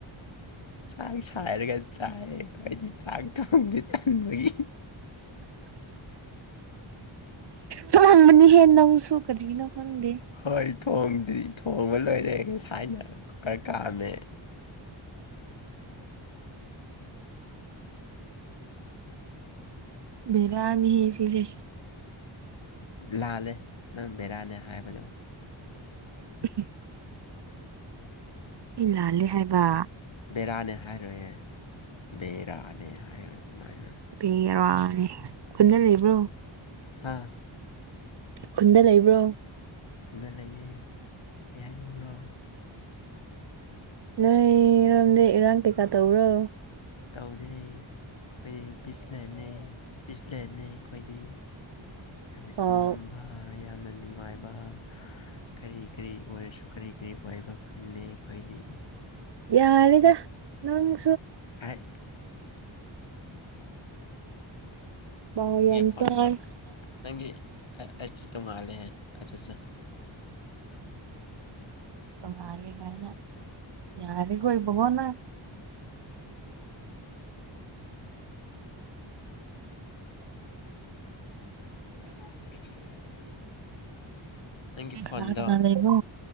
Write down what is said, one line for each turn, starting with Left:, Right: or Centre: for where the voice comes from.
Left: ꯆꯥꯛ ꯁꯥꯏꯔꯒ ꯆꯥꯏ ꯑꯩꯗꯤ ꯆꯥꯛ ꯊꯣꯡꯗꯤ ꯆꯟꯕꯒꯤ
Right: ꯁꯃꯕꯅꯤ ꯍꯦꯅꯁꯨꯣ ꯀꯔꯤꯅ ꯐꯟꯗ
Left: ꯍꯣꯏ ꯊꯣꯡꯗ꯭ꯔꯤ ꯊꯣꯡꯉ ꯂꯣꯏꯔꯦꯒ ꯁꯥꯏꯅ ꯀꯀꯔ ꯀꯑꯃꯦ
Right: ꯦꯗꯥꯅꯤ ꯍ ꯆꯁꯦ
Left: ꯂꯥꯜꯂꯦ ꯅꯪ ꯕꯦꯔꯥꯅꯦ ꯍꯥꯏꯕꯗꯣ
Right: ꯎꯝ ꯂꯥꯜꯂꯦ ꯍꯥꯏꯕ
Left: ꯕꯦꯔꯥꯅꯦ ꯍꯥꯏꯔꯌꯦꯦ ꯕꯦꯔꯥꯅꯦ ꯍꯥꯏꯌꯣ ꯑꯗꯨꯃꯥꯏꯅ
Right: ꯄ ꯋꯥꯅꯦ ꯈꯨꯟꯅ ꯂꯩꯕ꯭ꯔꯣ
Left: ꯍꯥꯥ
Right: ꯈꯨꯟꯗ ꯂꯩꯕ꯭ꯔꯣ
Left: ꯈꯨꯟꯅ ꯂꯩꯌꯦ ꯀꯩ ꯍꯥꯏꯅꯤꯡꯕ꯭ꯔꯣ
Right: ꯅꯣꯏ ꯔꯝꯗꯦ ꯔꯪꯀꯦꯀꯥ ꯇꯧꯔꯣ
Left: ꯇꯧꯗꯦ ꯑꯩꯈꯣꯏꯅ ꯄꯤꯁꯂꯅꯤ ꯄꯤꯁꯂꯦꯟꯅꯤ ꯑꯩꯈꯣꯏꯗꯤ ꯌꯥꯝꯅ
Right: ꯑ
Left: ꯏꯪꯕ ꯌꯥꯝꯅ ꯅꯨꯡꯉꯥꯏꯕ ꯀꯔꯤ ꯀꯔꯤ ꯑꯣꯏꯔꯁꯨ ꯀꯔꯤ ꯀꯔꯤ ꯑꯣꯏꯕ ꯈꯨꯅꯤꯩ ꯑꯩꯈꯣꯏꯗꯤ
Right: ꯌꯥꯅꯤꯗ ꯅꯪ
Left: ꯍꯥꯏ
Right: ꯄꯥꯎ ꯌꯥꯝ
Left: ꯐꯣꯟꯗꯣ
Right: ꯇꯥꯏ
Left: ꯅꯪꯒꯤ ꯑꯩ ꯇꯣꯡꯉꯥꯜꯂꯦꯍ ꯑꯠ ꯑꯠꯆꯥ
Right: ꯇꯣꯉꯥꯂꯦ ꯀꯥꯏꯅ ꯌꯥꯔꯦ ꯀꯣꯏꯕꯕꯣꯅ
Left: <inaudible> ꯅꯪꯒꯤ ꯐꯣꯟꯗꯣ
Right: ꯅꯥꯒꯅꯥ ꯂꯩꯕꯣ